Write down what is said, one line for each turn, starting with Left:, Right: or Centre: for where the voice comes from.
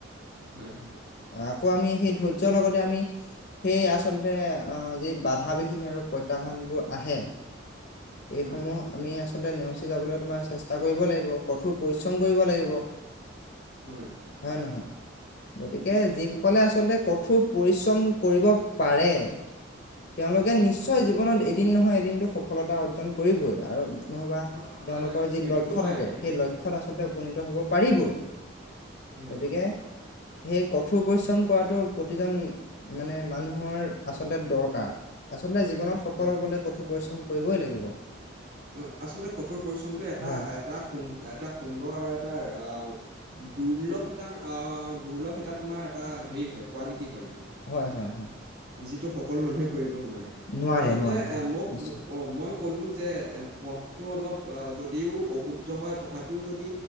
Right: হয় হয়।
Left: আকৌ আমি সেই ধৈৰ্যৰ লগতে আমি সেই আচলতে আ যি বাধা বিঘিনি আৰু প্ৰত্যাহ্বানবোৰ আহে। এইসমূহ
Right: হয়
Left: আমি আচলতে নেওচি যাবলৈ তোমাৰ চেষ্টা কৰিব লাগিব, কঠোৰ পৰিশ্ৰম কৰিব লাগিব।
Right: হয়।
Left: হয় নহয়, গতিকে যিসকলে আচলতে কঠোৰ পৰিশ্ৰম কৰিব পাৰে, তেওঁলোকে
Right: হয়
Left: নিশ্চ ঠয় জীৱনত এদিন নহয় এদিনতটো সফলতা অৰ্জন কৰিবই আৰু নহবা
Right: হয় হয়
Left: তেওঁলোকৰ
Right: হয়
Left: যি
Right: সেইটোতো
Left: লক্ষ্য
Right: হয়
Left: থাকে,
Right: সেইটোতো
Left: সেই
Right: হয়
Left: লক্ষ্য আচলতে উপনীত হ'ব পাৰিবই।
Right: হয়
Left: গতিকে, সেই কঠোৰ পৰিশ্ৰম কৰাটো প্ৰতিজন মানে মানুহৰ আচলতে দৰকাৰ, আচলতে জীৱনত- সফল
Right: হয়
Left: হ'বলৈ
Right: হয়
Left: কঠোৰ পৰিশ্ৰম কৰিবই লাগিব।
Right: অ-আচলতে কঠোৰ পৰিশ্ৰম টো এটা
Left: হয়
Right: এটা সু এটা সুন্দৰ আৰু এটা আহ' দুৰ্লভ এটা মানে আ দুৰ্লভ এটা তোমাৰ এটা হেৰি হয়, কোৱালিটি হয় মানে।
Left: হয়
Right: এটা
Left: হয় হয়
Right: যিটো সকলো মানুহে কৰিব নোৱাৰে।
Left: নোৱাৰে
Right: আচলতে
Left: নোৱাৰে হয়
Right: এ মোক
Left: নিশ্চয়
Right: মো অ', মই ক'লো যে এ পথটো অলপ আ যদিও অশুদ্ধ হয়, তথাপিও যদি